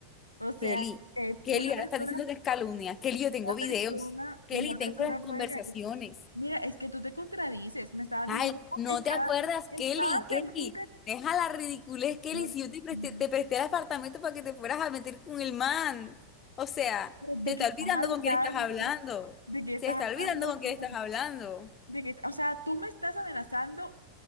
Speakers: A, on the left; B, on the left.
A: O sea,
B: Kelly,
A: que
B: Kelly,
A: una
B: ahora
A: persona
B: están diciendo que es calumnia. Kelly, yo
A: Una
B: tengo videos.
A: persona,
B: Kelly,
A: una persona
B: tengo las conversaciones.
A: puede caer. Mira, es que tú te contradices. Me estabas
B: Ay,
A: diciendo, "Oh,
B: ¿no
A: estaba,
B: te acuerdas,
A: estabas
B: Kelly? Kelly,
A: en tu
B: deja la ridiculez,
A: canción".
B: Kelly, si yo te presté,
A: No.
B: te presté el apartamento para que te fueras a meter con el man. O sea,
A: Pero, ¿De
B: se está
A: qué estás
B: olvidando
A: hablando?
B: con quién estás hablando.
A: ¿De qué estás
B: Se está olvidando
A: hablando
B: con quién
A: tú?
B: estás hablando.
A: ¿De qué, o sea, tú me estás amenazando